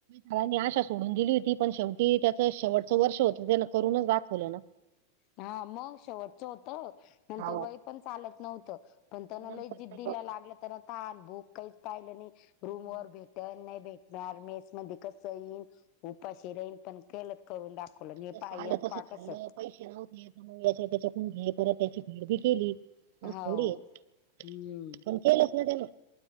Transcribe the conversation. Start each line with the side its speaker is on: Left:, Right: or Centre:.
Right: सगळ्यांनी आशा सोडून दिली होती पण शेवटी त्याचं शेवटचं वर्ष होतं त्यानं करूनच दाखवलं न
Left: हा म शेवटचं होत नंतर
Right: हो
Left: वय पण चालत नव्हतं. पण त्यांन
Right: नंतर
Left: लई जिद्दीला
Right: नाहीच होता.
Left: लागलं त्याना तहान भूक काहीच पाहिलं नाय रूम वर
Right: मग
Left: भेटन नाय भेट दार मेस मध्ये कसं येईन उपाशी राईन पण केल करून दाखवलं मी त
Right: जसं
Left: हाय
Right: आलं
Left: एक
Right: तसं
Left: पहा
Right: खाल्लं
Left: कसं
Right: पैसे नव्हते मंग याच्या त्याच्याकून घे परत त्याची फेड बी केली
Left: हो
Right: अस थोडी ये
Left: हम्म
Right: केलच ना त्यानं